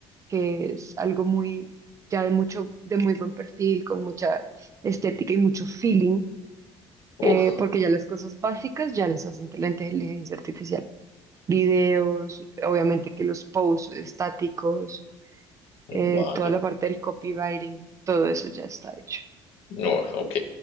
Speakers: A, on the right (about 30°); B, on the left (about 70°).
A: que es algo muy, ya de mucho, de muy buen perfil, con mucha estética y mucho feeling,
B: Uf,
A: eh, porque ya las cosas básicas ya las hacen la inteligencia artificial. Videos, obviamente que los posts estáticos, eh,
B: vale.
A: toda la parte del copywriting, todo eso ya está hecho.
B: No, ok.